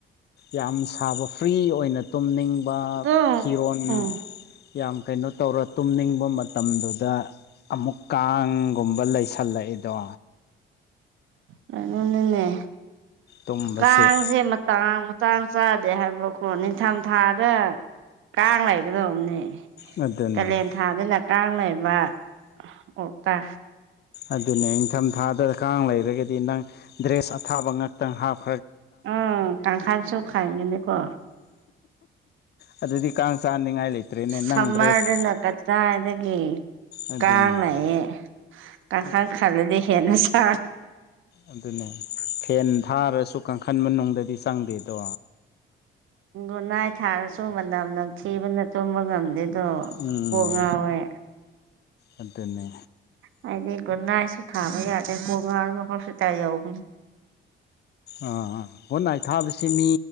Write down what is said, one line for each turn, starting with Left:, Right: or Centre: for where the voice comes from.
Left: ꯌꯥꯝ ꯁꯥꯕ ꯐ꯭ꯔꯤ ꯑꯣꯏꯅ ꯇꯨꯝꯅꯤꯡꯕ
Right: ꯑꯗꯨꯝ
Left: ꯐꯤꯔꯣꯟ
Right: ꯎꯝ
Left: ꯌꯥꯝ ꯀꯩꯅꯣ ꯇꯧꯔ ꯇꯨꯝꯅꯤꯡꯕ ꯃꯇꯝꯗꯨꯗ ꯑꯃꯨꯛ ꯀꯥꯡꯒꯨꯝꯕ ꯂꯩꯁ ꯊꯜꯂꯛꯏꯗꯣ
Right: ꯀꯩꯅꯣꯅꯅꯦ
Left: ꯇꯨꯝꯕꯁꯦ
Right: ꯀꯥꯡꯁꯦ ꯃꯇꯥꯡ ꯍꯛ ꯆꯥꯡ ꯆꯥꯗꯦ ꯍꯥꯏꯕꯀꯣ ꯅꯤꯡꯊꯝ ꯊꯥꯗ ꯀꯥꯡ ꯂꯩꯒꯗꯕꯅꯦ
Left: ꯑꯗꯨꯅꯦ
Right: ꯀꯥꯂꯦꯟ ꯊꯥꯗꯨꯅ ꯀꯥꯡ ꯂꯩꯕ ꯑꯣꯛꯇ
Left: ꯑꯗꯨꯅꯦ ꯏꯪꯊꯝꯊꯥꯗ ꯀꯥꯡ ꯂꯩꯔꯒꯗꯤ ꯅꯪ ꯗ꯭ꯔꯦꯁ ꯑꯊꯥꯕ ꯉꯥꯛꯇꯪ ꯍꯥꯞꯄ
Right: ꯎ ꯀ ꯈꯥꯏ ꯆꯨꯝ ꯈꯥꯏꯅꯤ ꯀꯅꯤꯀꯣ
Left: ꯑꯗꯨꯗꯤ ꯀꯥꯡ ꯆꯥꯅꯤꯡꯉꯥꯏ ꯂꯩꯇ꯭ꯔꯦꯅꯦ ꯅꯪ
Right: ꯁꯝꯃꯔꯗꯅ
Left: ꯗ꯭ꯔꯦꯁ
Right: ꯀꯇꯥꯗꯒꯤ
Left: ꯑꯗꯨꯅꯦ
Right: ꯀꯥꯡꯅꯌꯦ ꯀꯥꯡꯈꯥꯡ ꯈꯥꯜꯂꯗꯤ ꯍꯦꯅ ꯁꯥ
Left: ꯑꯗꯨꯅꯦ ꯐꯦꯟ ꯊꯥꯔꯁꯨ ꯀꯥꯡꯈꯟ ꯃꯅꯨꯡꯗꯅꯨꯡꯗꯤ ꯆꯪꯗꯦꯗꯣ
Right: ꯣ ꯅꯥꯏ ꯊꯥꯔꯁꯨ ꯃꯅꯝ ꯅꯝꯊꯤꯕꯅ ꯇꯨꯝꯕ ꯉꯝꯗꯦ ꯑꯗꯣ
Left: ꯎꯝ
Right: ꯄꯉꯋꯦ
Left: ꯑꯗꯨꯅꯦ
Right: ꯍꯥꯏꯗꯤ ꯥꯏꯁꯨ ꯊꯕ ꯌꯥꯦ ꯀ ꯍꯁꯄꯤꯇꯥꯜ ꯌꯥꯎꯕ
Left: ꯑꯥ ꯈꯨꯣꯠꯅꯥꯥꯏ ꯊꯥꯕꯁꯤ ꯃꯤ